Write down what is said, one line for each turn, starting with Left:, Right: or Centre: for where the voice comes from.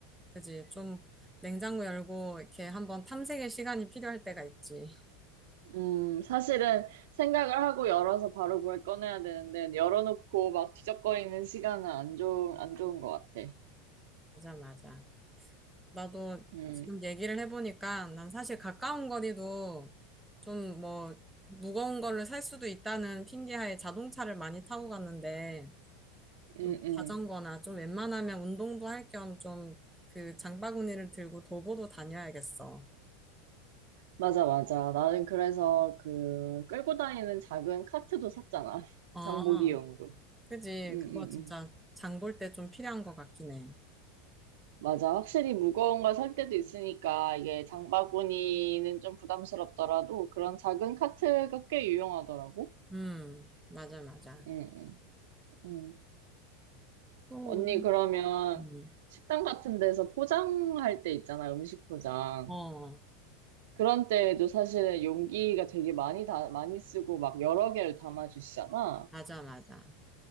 Centre: 그지. 좀 냉장고 열고 이렇게 한번 탐색의 시간이 필요할 때가 있지.
Right: 음, 사실은 생각을 하고 열어서 바로 그걸 꺼내야 되는데, 열어놓고 막 뒤적거리는 시간은 안 좋은, 안 좋은 것 같아.
Centre: 맞아, 맞아. 나도
Right: 음,
Centre: 지금 얘기를 해보니까 난 사실 가까운 거리도 좀 뭐 무거운 거를 살 수도 있다는 핑계하에 자동차를 많이 타고 갔는데
Right: 음,
Centre: 좀
Right: 음.
Centre: 자전거나 좀 웬만하면 운동도 할 겸 좀 그 장바구니를 들고 도보도 다녀야겠어.
Right: 맞아, 맞아. 나는 그래서 그 끌고 다니는 작은 카트도 샀잖아. <laughs>
Centre: 어,
Right: 장보기용으로.
Centre: 그지.
Right: 음,
Centre: 그거
Right: 음,
Centre: 진짜
Right: 음.
Centre: 장볼 때 좀 필요한 것 같긴 해.
Right: 맞아. 확실히 무거운 걸 살 때도 있으니까 이게 장바구니는 좀 부담스럽더라도 그런 작은 카트가 꽤 유용하더라고.
Centre: 음, 맞아, 맞아.
Right: 음, 음, 음.
Centre: 또
Right: 언니,
Centre: 우리,
Right: 그러면
Centre: 음,
Right: 식당 같은 데서 포장할 때 있잖아, 음식 포장.
Centre: 어,
Right: 그런 때에도 사실은 용기가 되게 많이 다, 많이 쓰고 막 여러 개를 담아주시잖아.
Centre: 맞아, 맞아.